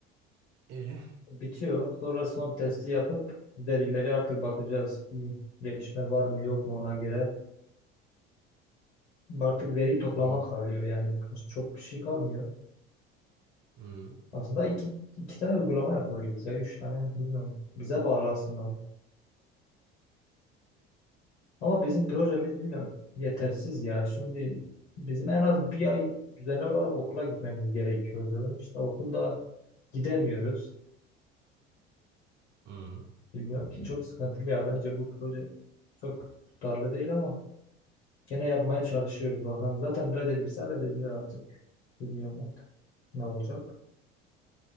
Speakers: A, on the right; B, on the left.
A: İyi.
B: Bitiyor. Sonra son testi yapıp verileri artık bakacağız. Bir Gelişme var mı yok mu ona göre. Artık veri toplamak
A: Hı,
B: kalıyor yani çok bir şey kalmıyor.
A: hı,
B: Aslında iki, iki tane uygulama yapabiliriz ya. Üç tane bilmiyorum. Bize bağlı aslında. Ama bizim projemiz bilmiyorum. Yetersiz ya. Şimdi bizim en az bir ay düzenli olarak okula gitmemiz gerekiyordu. İşte okulda gidemiyoruz.
A: hı.
B: Bilmiyorum ki çok sıkıntılı ya. Bence bu proje çok tutarlı değil ama gene yapmaya çalışıyoruz bakalım. Zaten reddedilse reddedilir artık. Bilmiyorum artık ne olacak.